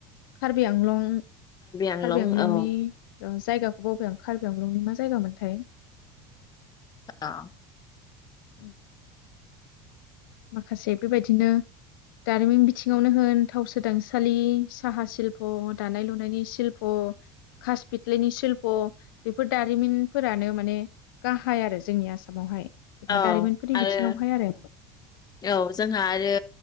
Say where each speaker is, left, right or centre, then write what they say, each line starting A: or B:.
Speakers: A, on the left (about 75°); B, on the left (about 35°).
A: कार्बि आंलं,
B: आंलं
A: कार्बि आंलंनि
B: औ
A: जायगाखौ बावबाय आं कार्बि आंलंनि मा जायगा मोनथाय?
B: अ।
A: उम। माखासे बेबायदिनो, दारिमिन बिथिङावनो होन थाव सोदांसालि साहा सिशल्प', दानाय लुनायनि सिशल्प', खास फिथलिनि शल्प' बेफोर दारिमिनफोरानो माने गाहाय आरो जोंनि आसामावहाय। जेनेबा
B: औ
A: दारिमिनफोरनि
B: आरो
A: बिथिङावहाय आरो।
B: औ जोंहा आरो